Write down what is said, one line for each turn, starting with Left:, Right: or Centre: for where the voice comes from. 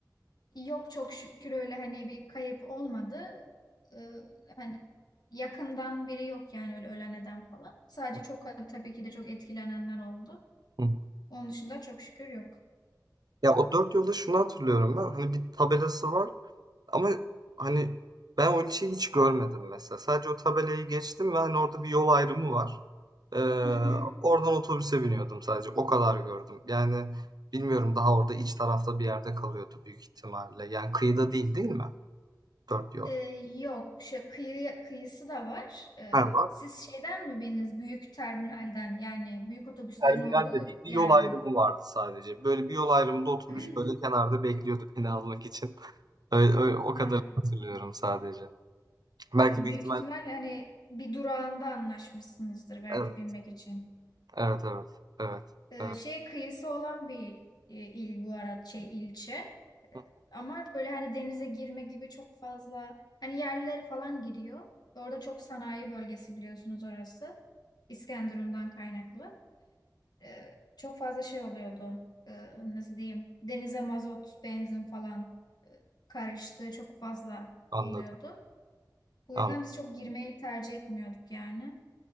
Left: Yok çok şükür öyle hani bir kayıp olmadı. Ee, hani yakından biri yok yani öyle ölen eden falan. Sadece
Right: Hı
Left: çok tabii ki de çok etkilenenler oldu.
Right: hı.
Left: Onun dışında çok şükür yok.
Right: Ya o dört yolda şunu hatırlıyorum ben. Hani bir tabelası var ama hani ben o ilçeyi hiç görmedim mesela. Sadece o tabelayı geçtim ve hani orada bir yol ayrımı var. Ee,
Left: Hı hı.
Right: oradan otobüse biniyordum sadece. O kadar gördüm. Yani bilmiyorum daha orada iç tarafta bir yerde kalıyordu büyük ihtimalle. Yani kıyıda değil değil mi? Dört yol.
Left: Ee, yok şu kıyı, kıyısı da var. Ee,
Right: Ha, var
Left: siz şeyden mi bindiniz? Büyük terminalden yani büyük otobüslerin
Right: terminal
Left: olduğu
Right: de değildi.
Left: yerden.
Right: Yol ayrımı vardı sadece. Böyle bir yol ayrımında otobüs
Left: <clears throat>
Right: böyle kenarda bekliyordu beni almak için. <laughs> Öyle, öyle- o kadar
Left: Ha,
Right: hatırlıyorum sadece. Belki
Left: büyük
Right: büyük ihtimal
Left: ihtimalle hani bir durağında anlaşmışsınızdır belki
Right: evet
Left: binmek için.
Right: evet evet evet,
Left: Ee,
Right: evet.
Left: şey kıyısı olan bir e, il bu arada şey ilçe. Ee,
Right: Hı,
Left: ama böyle hani denize girme gibi çok fazla hani yerlileri falan giriyor. Orada çok sanayi bölgesi biliyorsunuz orası. İskenderun'dan kaynaklı. Ee, çok fazla şey oluyordu. Ee, nasıl diyeyim? Denize mazot, benzin falan e, karıştığı çok fazla
Right: Anladım,
Left: oluyordu. Bu
Right: anladım.
Left: yüzden biz çok girmeyi tercih etmiyorduk yani.